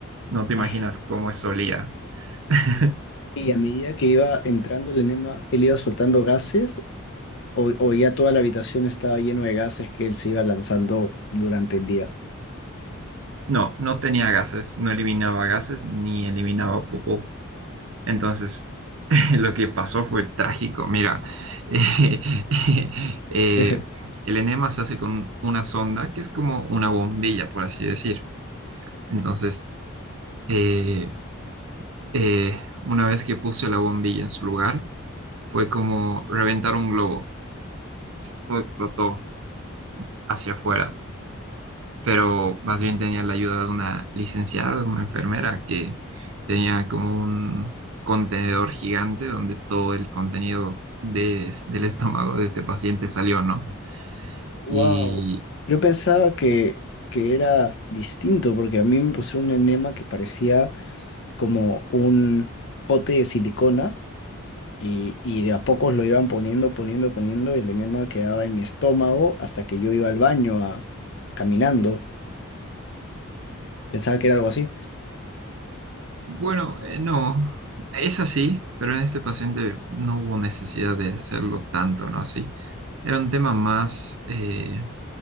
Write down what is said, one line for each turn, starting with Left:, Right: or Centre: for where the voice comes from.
Right: No te imaginas
Left: Ah,
Right: cómo eso olía. <laughs>
Left: y a medida que iba entrando el enema, él iba soltando gases o, o ya toda la habitación estaba lleno de gases que él se iba lanzando durante el día.
Right: No, no tenía gases, no eliminaba gases ni eliminaba popó. Entonces, <laughs> lo que pasó fue trágico. Mira, <laughs> eh, eh,
Left: <laughs>
Right: el enema se hace con una sonda que es como una bombilla, por así decir. Entonces, eh, eh, una vez que puse la bombilla en su lugar, fue como reventar un globo. Todo explotó hacia afuera. pero más bien tenía la ayuda de una licenciada, una enfermera, que tenía como un contenedor gigante donde todo el contenido de- del estómago de este paciente salió, ¿no?
Left: Wow,
Right: Y
Left: yo pensaba que, que era distinto porque a mí me pusieron un enema que parecía como un pote de silicona y, y de a pocos lo iban poniendo, poniendo, poniendo, y el enema quedaba en mi estómago hasta que yo iba al baño a, caminando. Pensaba que era algo así.
Right: bueno, eh, no, es así, pero en este paciente no hubo necesidad de hacerlo tanto, ¿no? Así. Era un tema más eh,